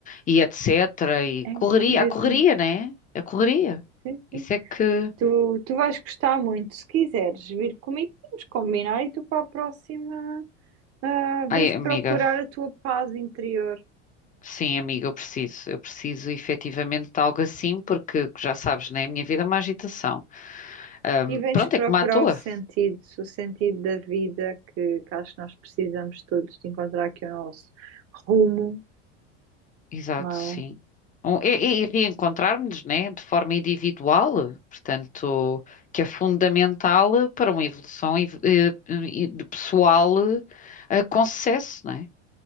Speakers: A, on the left (about 25°); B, on the right (about 40°).
A: e etc. E
B: É
A: correria,
B: isso mesmo.
A: a correria, né? A correria.
B: Sim, sim.
A: Isso é que.
B: Tu, tu vais gostar muito. Se quiseres vir comigo, podemos combinar e tu para a próxima. Ah, vens
A: Ai,
B: procurar
A: amiga,
B: a tua paz interior
A: sim, amiga, eu preciso. Eu preciso efetivamente de algo assim, porque já sabes, né? A minha vida é uma agitação. Ahm,
B: e vens
A: pronto,
B: procurar
A: é como a tua.
B: o sentido, o sentido da vida que, que acho que nós precisamos todos de encontrar aqui o nosso rumo,
A: Exato,
B: não
A: sim.
B: é?
A: Um, E, e- e reencontrarmos, né, de forma individual, portanto, que é fundamental para uma evolução ev- eh, eh, de pessoal eh, com sucesso, né?